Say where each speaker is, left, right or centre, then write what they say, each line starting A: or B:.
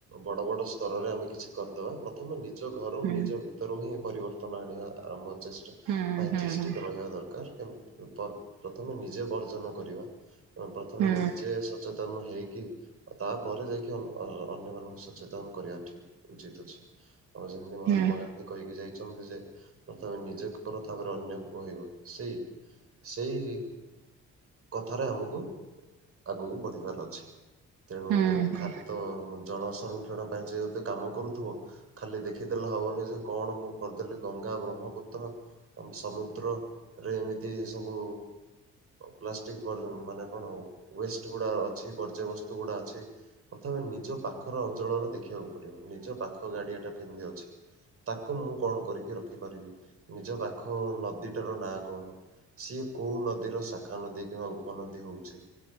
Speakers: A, on the right; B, on the right.
A: ବଡ ବଡ ସ୍ତରରେ ଆମେ କିଛି କରିଦେବା। ତମେ ନିଜ ଘର
B: ହୁଁ
A: ନିଜ ଭିତରୁ ହିଁ ଏ ପରିବର୍ତ୍ତନ ଆଣିବା ଆରମ୍ଭ ଚେଷ୍ଟା ପାଇଁ
B: ହୁଁ ହୁଁ
A: ଚେଷ୍ଟିତ
B: ହୁଁ
A: ରହିବା ଦରକାର କେମ ପ୍ରଥମେ ନିଜେ ବର୍ଜନ କରିବା। ପ୍ରଥମେ
B: ହୁଁ
A: ନିଜେ ସଚେତନ ହେଇକି ତାପରେ ଯାଇକି ଅନ୍ୟମାନଙ୍କୁ ସଚେତନ କରିବା ଠିକ ଉଚିତ ଅଛି। ଅବଶ୍ୟ ଏମିତି ମହାତ୍ମା
B: ହୁଁ
A: ଗାନ୍ଧୀ କହି ଯାଇଛନ୍ତି ଯେ ପ୍ରଥମେ ନିଜକୁ କର ତାପରେ ଅନ୍ୟକୁ କହିବ ସେଇ ସେଇ କଥାରେ ଆମକୁ ଆଗକୁ ବଢିବାର ଅଛି ତେଣୁ
B: ହୁଁ ହୁଁ
A: ଖାଲି ତ ଜଳ ସଂରକ୍ଷଣ ପାଇଁ ଯେହେତେ କାମ କରୁଥିବ ଖାଲି ଦେଖିଦେଲେ ହବନି ଯେ କଣ ମୁଁ କରିଦେଲି ଗଙ୍ଗା ବ୍ରହ୍ମପୁତ୍ର ଆମ ସମୁଦ୍ରରେ ଏମିତି ସବୁ ପ୍ଲାସ ମାନେ କଣ ୱେଷ୍ଟ ଗୁଡ଼ା ଅଛି ବର୍ଜ୍ୟ ବସ୍ତୁ ଗୁଡ଼ା ଅଛି। ପ୍ରଥମେ ନିଜ ପାଖର ଅଞ୍ଚଳର ଦେଖିବାକୁ ପଡିବ ନିଜ ପାଖ ଗାଡିଆ ଟା କେମିତି ଅଛି। ତାକୁ ମୁଁ କଣ କରିକି ରଖିପାରିବି ନିଜ ପାଖ ନଦୀଟାର ନାଁ କଣ? ସିଏ କୋଉ ନଦୀର ଶାଖା ନଦୀ। କିମ୍ବା ଉପନଦୀ ହଉଛି